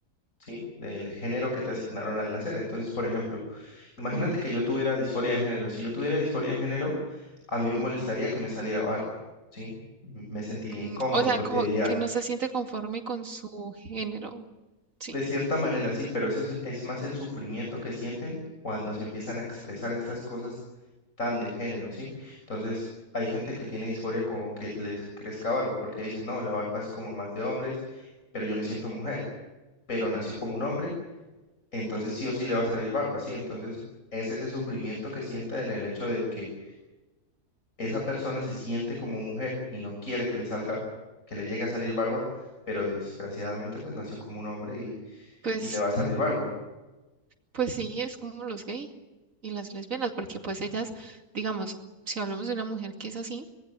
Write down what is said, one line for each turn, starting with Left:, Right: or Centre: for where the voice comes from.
Left: ¿sí? Del género que te asignaron al nacer. Entonces, por ejemplo, Imagínate
Right: Ujú,
Left: que yo tuviera disforia de género. Si yo tuviera disforia de género, a mí me molestaría
Right: ujú,
Left: que me saliera barba, ¿sí? M- Me sentiría
Right: ujú.
Left: incómodo
Right: O sea,
Left: porque
Right: como
Left: diría,
Right: que no se siente conforme con su género, ¿sí?
Left: de cierta manera sí, pero ese es, es más el sufrimiento que sienten cuando se empiezan a expresar estas cosas tan de género, ¿sí? Entonces, hay gente que tiene disforia con que les crezca barba porque dicen, no, la barba es como más de hombres, pero yo me siento mujer, pero nació como un hombre, entonces sí o sí le va a salir barba, ¿sí? Entonces, es ese sufrimiento que sienten en el hecho de que esa persona se siente como mujer y no quiere que le salga, que le llegue a salir barba, pero desgraciadamente pues nació como un hombre y,
Right: Pues,
Left: y le va a salir barba.
Right: pues sí, es como los gays y las lesbianas, porque pues ellas, digamos, si hablamos de una mujer que es así,